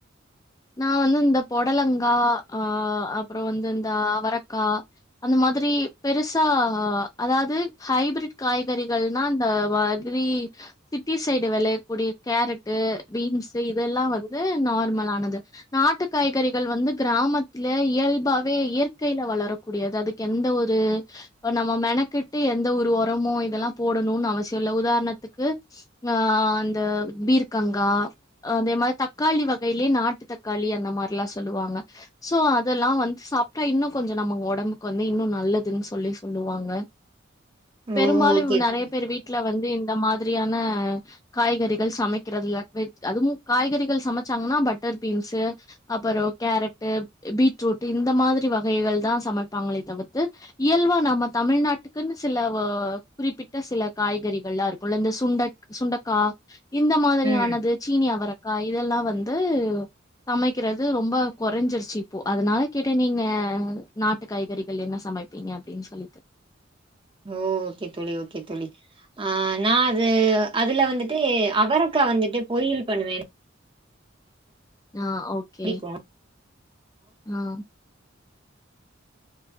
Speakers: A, on the left; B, on the right.
A: நா வந்து இந்த பொடலங்கா ஆ அப்புறோ வந்து இந்த அவரக்கா அந்த மாதிரி பெருசா அதாவது ஹைபரிட் காய்கறிகள்னா இந்த வ ரி சிட்டி சைடு வெளையக்கூடிய கேரட்டு பீன்ஸு இதெல்லா வந்து நார்மலானது நாட்டு காய்கறிகள் வந்து கிராமத்துல இயல்பாவே இயற்கையில வளரு கூடியது அதுக்கு எந்த ஒரு இப்ப நம்ம மெணக்கிட்டு எந்த ஒரு ஒரமு இதெல்லா போடணுனு அவசியோ இல்ல உதாரணத்துக்கு ஆ அந்த பீர்கர்கங்கா அதே மாரி தக்காளி வகையிலயே நாட் டுத் தக்காளி அந்த மாதிரிலா சொல்லுவாங்க சோ அதெல்லா வந்து சாப்பிட்டா இன்னு கொஞ்ச நம்மங்க ஒடம்புக்கு வந்து இன்னு நல்லதுன்னு சொல்லி சொல்லுவாங்க
B: ஓ
A: பெரும்பாலு
B: ஓகே
A: நெறைய
B: தோழி
A: பேர் வீட்டுல வந்து இந்த மாதிரியான காய்கறிகள் சமைக்கிறதுல அதுவு காய்கறிகள் சமைச்சாங்கன்னா பட்டர் பீன்ஸு அப்புறோ கேரட்டு பீட்ரூட் இந்த மாதிரி வகைகள் தா சமைப்பாங்களே தவித்து இயல்பா நாம தமிழ்நாட்டுக்குன்னு சில குறிப்பிட்ட சில காய்கறிகள்லா இருக்குல இந்த சுண்ட சுண்டக்கா இந்த மாதிரியானது
B: ம்
A: சீனி அவரக்கா இதெல்லா வந்து சமைக்கிறது ரொம்ப கொறைஞ்சிருச்சு இப்போ அதனால கேட்ட நீங்க நாட்டு காய்கறிகள் என்ன சமைப்பீங்க அப்டின்னு சொல்லிட்டு
B: ஓ ஓகே தோழி ஓகே தோழி ஆ நா அது அதுல வந்துட்டு அவரக்கா வந்துட்டு பொரியல் பண்ணுவே
A: ஆ ஓகே
B: புடிக்கு
A: ஆ